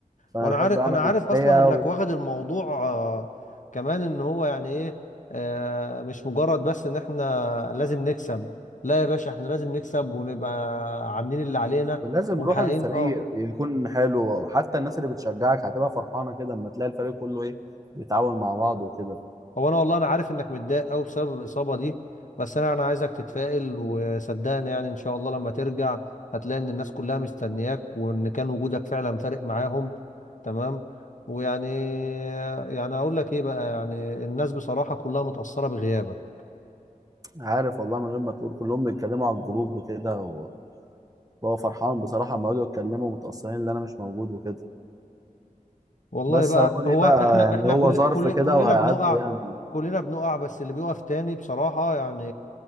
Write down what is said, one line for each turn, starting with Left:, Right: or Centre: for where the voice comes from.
Right: فانا
Left: وانا
Right: بحب
Left: عارف
Right: اعمل
Left: انا عارف
Right: اللي
Left: اصلا
Right: عليا
Left: انك
Right: و...
Left: واخد الموضوع آه، كمان ان هو يعني ايه آه، مش مجرد بس ان احنا لازم نكسب لا يا باشا احنا لازم نكسب ونبقى عاملين اللي علينا
Right: ولازم
Left: ومحققين
Right: روح الفريق
Left: اه
Right: يكون حلو حتى الناس اللي بتشجعك هتبقى فرحانه كده اما تلاقي الفريق كله ايه بيتعاون مع بعض وكده
Left: هو انا والله انا عارف انك متضايق قوي بسبب الاصابة دي بس انا انا عايزك تتفائل وصدقني يعني ان شاء الله لما ترجع هتلاقي ان الناس كلها مستنياك وان كان وجودك فعلا فارق معاهم تمام ويعني يعني اقول لك ايه بقى يعني الناس بصراحة كلها متأثرة بغيابك
Right: عارف والله من غير ما تقول كلهم بيتكلموا على الجروب وكده و- وهو فرحان بصراحة لما يقعدوا يتكلموا متأثرين إن أنا مش موجود وكده
Left: والله
Right: بس
Left: بقى
Right: هنقول
Left: هو
Right: إيه بقى
Left: احنا
Right: يعني
Left: احنا
Right: هو
Left: كل
Right: ظرف
Left: كل
Right: كده
Left: كلنا
Right: وهيعدي
Left: بنقع
Right: يعني
Left: كلنا بنقع بس اللي بيقف تاني بصراحة يعني